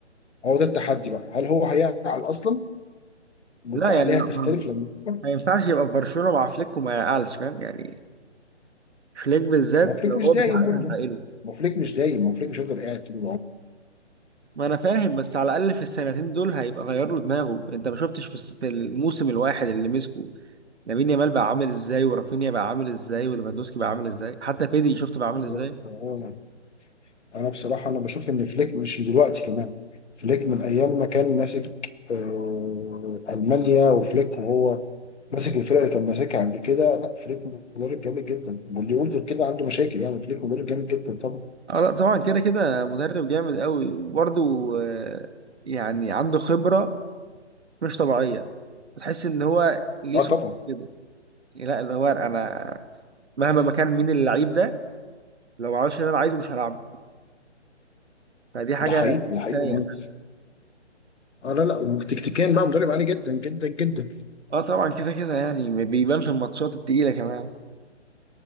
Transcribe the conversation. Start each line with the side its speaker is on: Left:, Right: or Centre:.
Left: هو ده التحدي بقى هل هو هيعقل أصلا والعقلية
Right: لا يعني لا
Left: هتختلف
Right: ما هو
Left: لما يكبر
Right: ما ينفعش يبقى في برشلونه مع فليك وما يعقلش فاهم يعني فليك بالذات
Left: ما هو فليك
Right: لو
Left: مش
Right: هو
Left: دايم
Right: مش عاقل
Left: برضه
Right: هيعقله
Left: ما هو فليك مش دايم ما هو فليك مش هيفضل قاعد طول
Right: ما انا فاهم بس على الاقل في السنتين دول هيبقى غير له دماغه انت ما شفتش في الس- في الموسم الواحد اللي مسكه لامين يامال بقى عامل ازاي ورافينيا بقى عامل ازاي وليفاندوسكي بقى عامل ازاي حتى بيدري شفت بقى عامل
Left: العمر
Right: ازاي
Left: هو انا بصراحه انا بشوف ان فليك مش دلوقتي كمان فليك من ايام ما كان ماسك آه، المانيا وفليك وهو ماسك الفرقه اللي كان ماسكها قبل كده لا فليك مدرب جامد جدا واللي يقول غير كده عنده مشاكل يعني فليك مدرب جامد جدا طبعا
Right: اه لا طبعا كده كده مدرب جامد قوي وبرده آه، يعني عنده خبرة مش طبيعية بتحس ان هو ليه
Left: اه
Right: صوت
Left: طبعا
Right: كده لا اللي هو انا مهما ما كان مين اللعيب ده لو ما عملش اللي انا عايزه مش هلعبه فدي حاجة
Left: ده حقيقي ده حقيقي
Right: كفاية
Left: ومهم.
Right: بقى.
Left: اه لا لا وتكتيكيا بقى مدرب عالي جدا جدا جدا
Right: اه طبعا كده كده يعني بيبان في الماتشات التقيلة كمان